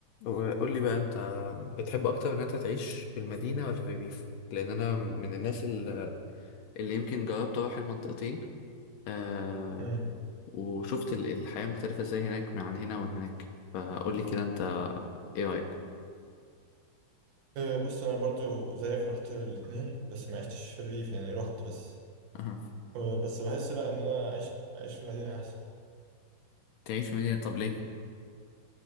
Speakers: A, on the left (about 70°); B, on the right (about 55°).
A: وقول لي بقى انت بتحب اكتر ان انت تعيش في المدينه ولا في الريف لان انا من الناس ال- اللي يمكن جربت اروح المنطقتين آه
B: مم.
A: وشفت ال- الحياه مختلفه ازاي هناك عن هنا ومن هناك فقول لي كده انت ايه رايك
B: آه، بص انا برضو زيك رحت الاتنين بس ما عشتش في الريف يعني رحت بس
A: أها.
B: آه، بس بحس لا ان انا اعيش اعيش في المدينه احسن
A: تعيش في مدينه طب ليه